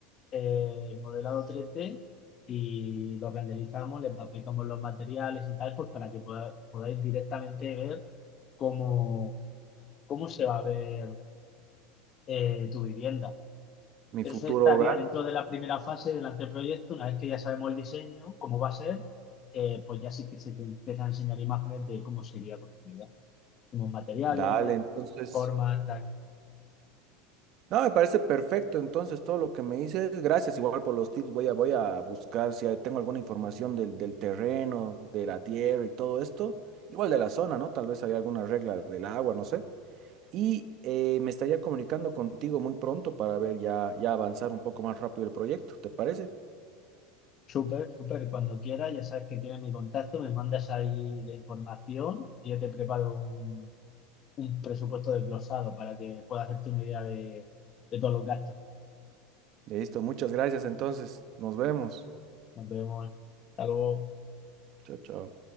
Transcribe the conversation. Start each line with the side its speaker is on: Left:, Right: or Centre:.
Left: eh, modelado 3D y lo renderizamos, le aplicamos los materiales y tal, pues para que poda- podáis directamente ver cómo, cómo se va a ver eh, tu vivienda.
Right: mi
Left: Eso
Right: futuro
Left: estaría
Right: hogar.
Left: dentro de la primera fase del anteproyecto. Una vez que ya sabemos el diseño, cómo va a ser, eh, pues ya sí que se te empiezan a enseñar imágenes de cómo sería construida, como materiales,
Right: Dale, entonces.
Left: formas, tal.
Right: No, me parece perfecto. Entonces, todo lo que me dices, gracias igual por los tips. Voy a, voy a buscar si hay- tengo alguna información del, del terreno, de la tierra y todo esto. Igual de la zona, ¿no? Tal vez hay alguna regla del agua, no sé. y eh, me estaría comunicando contigo muy pronto para ver ya, ya avanzar un poco más rápido el proyecto, ¿te parece?
Left: Súper, súper. Cuando quieras, ya sabes que tienes mi contacto, me mandas ahí la información y yo te preparo un, un presupuesto desglosado para que puedas hacerte una idea de, de todos los gastos.
Right: Listo, muchas gracias entonces, nos vemos.
Left: Nos vemos. Hasta luego.
Right: Chao, chao.